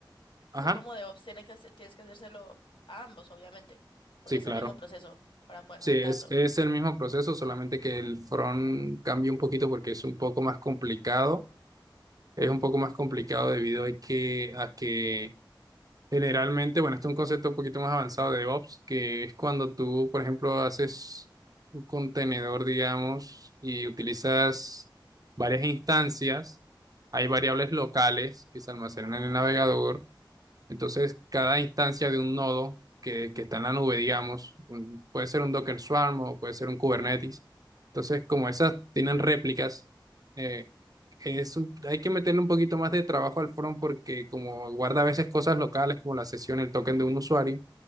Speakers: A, on the right; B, on the left.
A: Ajá,
B: tú como DevOps tienes que, hace- tienes que hacérselo a ambos, obviamente, porque
A: sí,
B: es
A: claro.
B: el mismo proceso para poder
A: Sí,
B: montarlo.
A: es, es el mismo proceso, solamente que el front cambia un poquito porque es un poco más complicado. Es un poco más complicado debido a que, a que Generalmente, bueno, este es un concepto un poquito más avanzado de DevOps, que es cuando tú, por ejemplo, haces un contenedor, digamos, y utilizas varias instancias. Hay variables locales que se almacenan en el navegador. Entonces, cada instancia de un nodo que, que está en la nube, digamos, un- puede ser un Docker Swarm o puede ser un Kubernetes. Entonces, como esas tienen réplicas, eh, es un- hay que meterle un poquito más de trabajo al front porque como guarda a veces cosas locales como la sesión, el token de un usuario,